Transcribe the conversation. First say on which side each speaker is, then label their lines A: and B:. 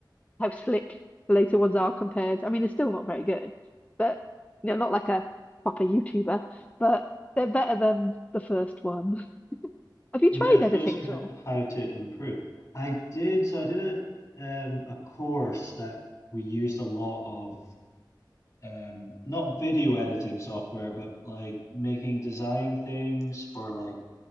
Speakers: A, on the left; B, on the left.
A: how slick the later ones are compared. I mean, they're still not very good, but you know, not like a proper YouTuber, but they're better than the first one. <laughs> Have you
B: Yeah,
A: tried
B: it shows
A: editing
B: you
A: at all?
B: how to improve. I did, so I did a um a course that we used a lot of um not video editing software but like making design things for like